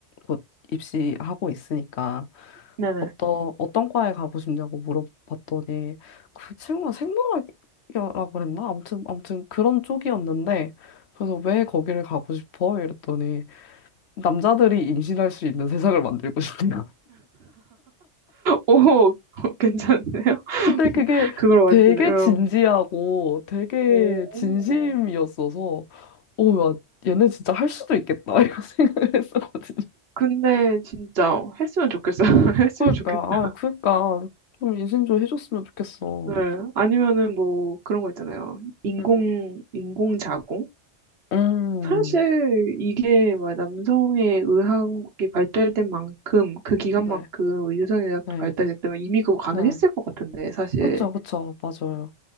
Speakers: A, on the left; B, on the right.
A: 곧 입시하고 있으니까
B: 네, 네.
A: 어떤 어떤 과에 가고 싶냐고 물어봤더니 그 친구가 생물학이라고 그랬나? 아무튼 아무튼 그런 쪽이었는데 그래서 왜 거기를 가고 싶어? 이랬더니 남자들이 임신할 수 있는 세상을 만들고 싶대요.
B: 오, <laughs> 괜찮네요.
A: <laughs>
B: <laughs>
A: 근데 그게
B: 그걸 완전히,
A: 되게
B: 응.
A: 진지하고 되게
B: 오.
A: 진심이었어서 오, 야, 얘네 진짜 할 수도 있겠다 <laughs> 이런 생각을 했었거든요.
B: 근데 진짜 했으면 좋겠어요. <laughs> 했으면
A: 그러니까,
B: 좋겠다.
A: 아, 그러니까 좀 인생 좀 해줬으면 좋겠어.
B: 네. 아니면은 뭐 그런 거 있잖아요. 인공,
A: 음,
B: 인공자공?
A: 음,
B: 사실 이게 막 남성의 의학이 발달된 만큼 그 기간만큼
A: 네,
B: 유전의학도
A: 네,
B: 발달됐다 때문에 이미 그거 가능했을
A: 네,
B: 것 같은데 사실
A: 그쵸, 그쵸, 맞아요.